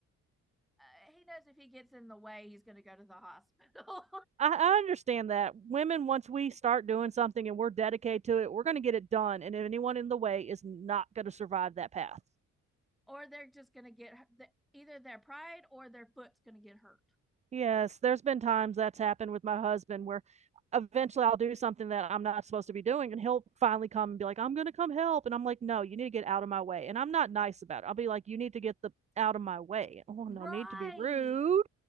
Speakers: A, in the centre; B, on the right.
A: Uh, he knows if he gets in the way, he's going to go to the hospital,
B: I, I understand that women, once we start doing something and we're dedicated to it, we're going to get it done. And anyone in the way is not going to survive that path.
A: <laughs> or they're just going to get the, either their pride or their foot's going to get hurt.
B: Yes, there's been times that's happened with my husband where eventually I'll do something that I'm not supposed to be doing, and he'll finally come and be like, I'm going to come help. And I'm like, no, you need to get out of my way. And I'm not nice about it. I'll be like, you need to get the out of my way. Oh,
A: <laughs> right.
B: no need to be rude.